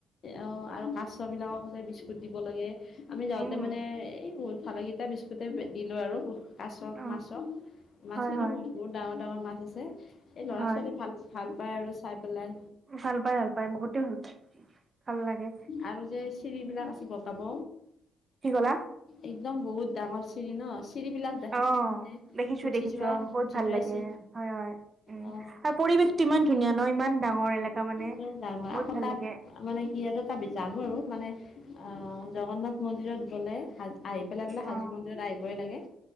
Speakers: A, on the left (about 50°); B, on the right (about 35°).
A: অ আৰু কাচ বিলাকক যে বিস্কুট দিব লাগে আমি যাওঁতে
B: উম,
A: মানে এ বহুত ভাল লাগে এটা বিস্কুটে দিলোঁ আৰু কাছৰ
B: অ'
A: মাছক মাছখিনো
B: হয় হয়
A: ব বহুত ডাঙৰ ডাঙৰ মাছ আছে এই ল'ৰা
B: হয়।
A: ছোৱালী ভাল ভাল পায় আৰু চাই পেলাই
B: ভাল পাই ভাল পায় বহুতে ভাল পায় ভাল লাগে
A: আৰু যে চিৰিবিলাক আছে বগাব
B: কি ক'লা
A: একদম বহুত ডাঙৰ চিৰি ন চিৰিবিলাক ত
B: অ
A: মানে
B: দেখিছো
A: উঠি
B: দেখিছো
A: যোৱা
B: অ বহুত
A: উঠি
B: ভাল
A: যোৱা
B: লাগে
A: চি
B: হয় হয় উম
A: অ
B: আৰু পৰিবেশটো ইমান ধুনীয়া ন ইমান ডাঙৰ এলেকা মানে
A: একদম ডাঙৰ
B: বহুত
A: আকৌ
B: ভাল
A: তাত
B: লাগে
A: মানে কি আৰু তথাপি জানো আৰু মানে জগন্নাথ মন্দিৰত গ'লে হাজ আহি পেলাই বোলে
B: অ
A: হাজো মন্দিৰত আহিবই লাগে